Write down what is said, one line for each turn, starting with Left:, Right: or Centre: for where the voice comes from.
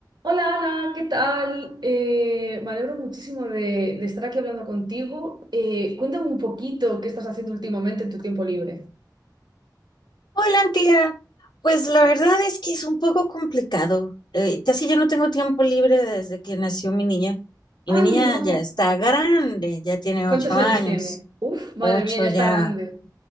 Right: Hola Ana, ¿qué tal? Eh, me alegro muchísimo de, de estar aquí hablando contigo. Eh, cuéntame un poquito qué estás haciendo últimamente en tu tiempo libre.
Left: Hola, Antía, Pues la verdad es que es un poco complicado. Eh, casi ya no tengo tiempo libre desde que nació mi niña. Y mi
Right: ¡Ay,
Left: niña
Right: no!
Left: ya está grande, ya tiene
Right: ¿Cuántos
Left: ocho años.
Right: años tiene? Uf, madre
Left: Ocho
Right: mía, ya
Left: ya.
Right: está grande.